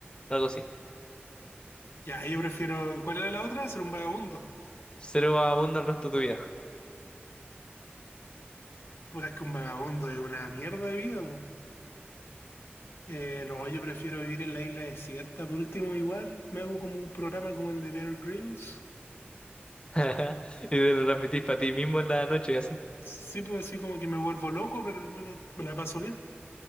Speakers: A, on the left (about 25°); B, on the left (about 80°).
A: algo así.
B: Ya, yo prefiero. ¿Cuál era la otra? Ser un vagabundo.
A: Ser vagabundo el resto de tu vida.
B: Puta, es que un vagabundo es una mierda de vida, po. Eh, no, yo prefiero vivir en la isla desierta. Por último, igual me hago como un programa como el de Bear Grylls.
A: <laughs> Y te lo transmitís para ti mismo en la noche, así.
B: Sí, puedo decir como que me vuelvo loco, pero al menos me la paso bien.